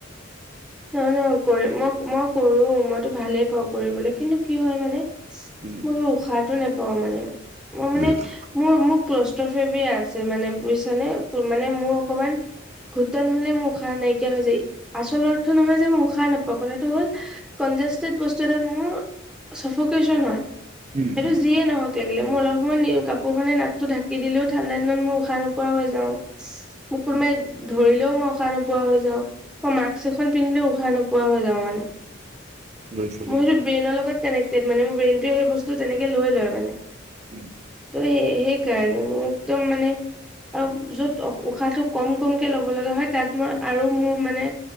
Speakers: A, in the centre; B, on the right (about 35°).
A: নহয় নহয় মই মই কৰো মইতো ভালেই পাওঁ কৰিবলৈ কিন্তু কি হয় মানে।
B: উম
A: মই উশাহ টো ন ত মানে ম মানে
B: উম
A: মোৰ মোক ক্লচ। আছে মানে বুজিছানে মানে মোৰ অকমান ঘুটন হলে মোৰ উশাহ নাইকিয়া হৈ যায় আচলত টো নহয় যে মই খ নাপাওঁ কথাটো হ'ল কনজাষ্টেড বস্তু এটাত মোৰ চফকেচন হয়।
B: উম
A: সেইটো
B: উম
A: যিয়ে নহওক। লাগিলে মই অলপ সময় নি কাপোৰখনে নাকটো ঢাকি দিলেও ঠাণ্ডা দিনত মই উশাহ নোপোৱা হৈ যাঁ‌ও। মোক কোনোবাই
B: উম
A: ধৰি দিলেও মই উশাহ নোপোৱা হৈ যাঁ‌ও। অ' মাৰ্ক্স। উশাহ নোপোৱা হৈ যাওঁ মানে।
B: লৈছো লৈছো
A: মই সেইটো ব্ৰেইনৰ লগত। কানেক্টড মানে মোৰ ব্ৰেইনেটোৱে সেই বস্তু তেনেকে লৈ লয় মানে
B: উম।
A: ত' সেইকাৰণে মোৰ একদম মানে আৰু য'ত উশাহটো কম কমকে ল'ব লগা হয় তাত মই আৰু মোৰ মানে।